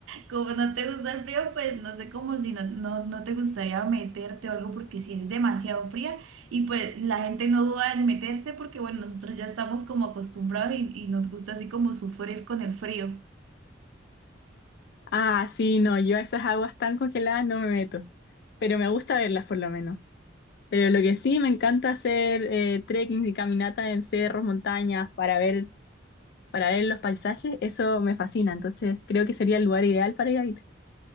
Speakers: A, on the right; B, on the left.
A: Como no te gusta el frío, pues no sé cómo si no, no, no te gustaría meterte o algo porque si es demasiado fría y pues la gente no duda en meterse porque bueno, nosotros ya estamos como acostumbrados y, y nos gusta así como sufrir con el frío.
B: Ah, sí, no, yo a esas aguas tan congeladas no me meto, pero me gusta verlas por lo menos. Pero lo que sí me encanta hacer eh, trekking y caminata en cerros, montañas, para ver para ver los paisajes, eso me fascina. Entonces creo que sería el lugar ideal para ir a vivir.